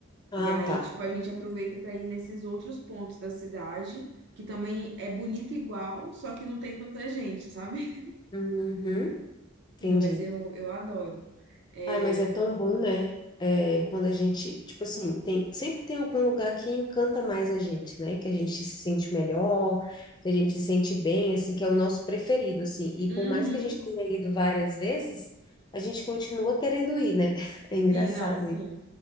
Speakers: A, on the left; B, on the right.
A: Ah,
B: E aí,
A: tá.
B: tipo, a gente aproveita pra ir nesses outros pontos da cidade, que também é bonito igual, só que não tem tanta gente, sabe? <laughs>
A: Uhum, entendi.
B: Não, mas eu, eu adoro. É,
A: Ai, mas é tão bom, né? É, quando a gente, tipo assim, tem, sempre tem algum lugar que encanta mais a gente, né? Que a gente se sente melhor, que a gente se sente bem, assim, que é o nosso preferido, assim. E
B: uhum.
A: por mais que a gente tenha ido várias vezes, a gente continua querendo ir, né? <laughs> É engraçado
B: Sim, não, sim.
A: isso.